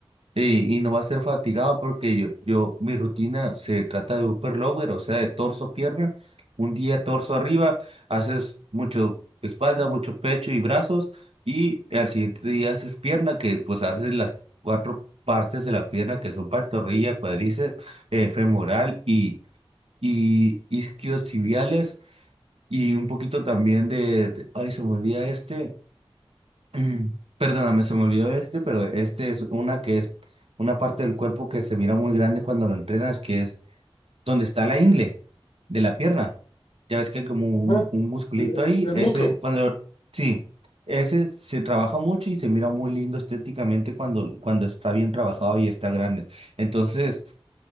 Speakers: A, on the right; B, on the left.
A: y, y no va a ser fatigado porque yo, yo, mi rutina se trata de upper lower, o sea, de torso, pierna. Un día torso arriba, haces mucho espalda, mucho pecho y brazos. Y al siguiente día haces pierna, que pues haces las cuatro partes de la pierna que son pantorrilla, cuádriceps, eh, femoral y, y isquiotibiales. Y un poquito también de, de- ay, se me olvida este. Mm, Perdóname, se me olvidó este, pero este es una que es una parte del cuerpo que se mira muy grande cuando lo entrenas, que es donde está la ingle de la pierna. Ya ves que hay como un,
B: Ajá.
A: un musculito
B: El, el-
A: ahí.
B: el
A: Ese,
B: muslo.
A: cuando, sí, ese se trabaja mucho y se mira muy lindo estéticamente cuando, cuando está bien trabajado y está grande. Entonces,